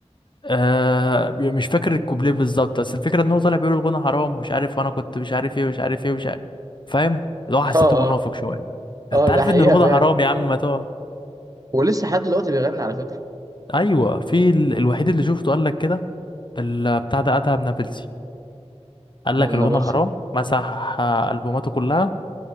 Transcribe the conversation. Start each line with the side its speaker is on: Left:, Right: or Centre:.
Left: آه مش فاكر الكوبليه بالظبط بس الفكره ان هو طالع بيقول الغنى حرام مش عارف وانا كنت مش عارف ايه ومش عارف ايه ومش عارف فاهم اللي هو حسيته
Right: اه
Left: منافق
Right: اه
Left: شويه انت
Right: اه
Left: عارف
Right: ده حقيقه
Left: ان الغنى
Right: فعلا
Left: حرام يا عم ما تقعد
Right: ولسه لحد دلوقتي بيغني على فكره
Left: ايوه في ال... الوحيد اللي شفته قال لك كده ال- بتاع ده ادهم نابلسي قال
Right: ده
Left: لك
Right: من
Left: الغنى
Right: نابلسي
Left: حرام مسح آه، البوماته كلها